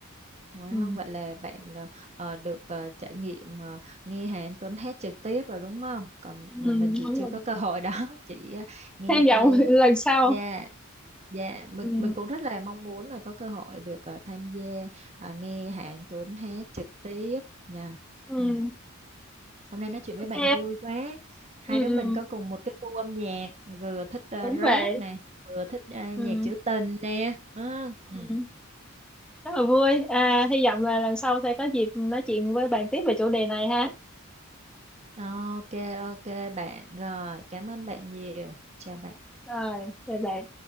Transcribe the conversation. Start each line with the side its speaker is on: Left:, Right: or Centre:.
Right: wow.
Centre: ừ.
Right: Vậy là bạn ờ, ờ, được ờ, trải nghiệm ờ, nghe Hà Anh Tuấn hát trực tiếp rồi đúng không? Còn
Centre: Ừ,
Right: mà
Centre: đúng
Right: mình thì chưa
Centre: rồi.
Right: có cơ hội đó, <laughs> chỉ ờ, nghe
Centre: hy
Right: qua.
Centre: vọng <laughs> lần sau
Right: Dạ, dạ. Mình
Centre: ừ.
Right: mình cũng rất là mong muốn là có cơ hội được ờ, tham gia ờ, nghe Hà Anh Tuấn hát trực tiếp nha.
Centre: Ừ.
Right: Ừ. Hôm nay nói chuyện với
Centre: ok
Right: bạn vui quá. Hai
Centre: ừ,
Right: đứa
Centre: ừ.
Right: mình có cùng một cái gu âm nhạc, vừa thích ờ,
Centre: đúng
Right: rap
Centre: vậy
Right: nè, vừa thích ờ,
Centre: ừ.
Right: nhạc trữ tình nè. Ừ.
Centre: Ừ.
Right: Ừ.
Centre: rất là vui à, hy vọng là lần sau sẽ có dịp nói chuyện với bạn tiếp về chủ đề này ha
Right: Ok, ok bạn. Rồi, cảm ơn bạn nhiều. Chào bạn.
Centre: rồi chào bạn